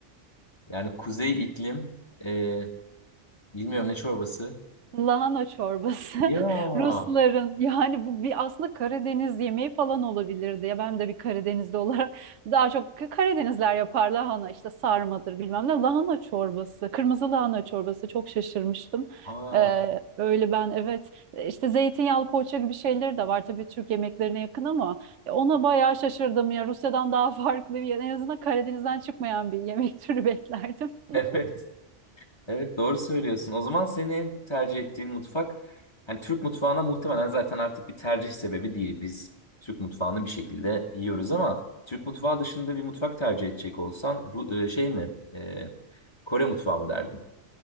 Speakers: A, on the left; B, on the right.
A: Yani kuzey iklim e, bilmiyorum ne çorbası.
B: Lahana çorbası. <laughs>
A: Ya aa,
B: Rusların yani bu bir aslında Karadeniz yemeği falan olabilirdi. Ya ben de bir Karadenizli olarak <laughs> daha çok Karadenizler yapar lahana işte sarmadır bilmem ne. Lahana çorbası, kırmızı lahana çorbası çok şaşırmıştım.
A: <laughs>
B: Ee, öyle ben evet işte zeytinyağlı poğaça gibi şeyleri de var tabii Türk yemeklerine yakın ama e, ona bayağı şaşırdım ya Rusya'dan daha <laughs> farklı bir en azından Karadeniz'den çıkmayan bir yemek türü beklerdim. <laughs>
A: evet evet doğru söylüyorsun. O zaman senin en tercih ettiğin mutfak yani Türk mutfağına muhtemelen zaten artık bir tercih sebebi değil. Biz Türk mutfağını bir şekilde yiyoruz ama Türk mutfağı dışında bir mutfak tercih edecek olsan Ru- e, şey mi E, Kore mutfağı mı derdin?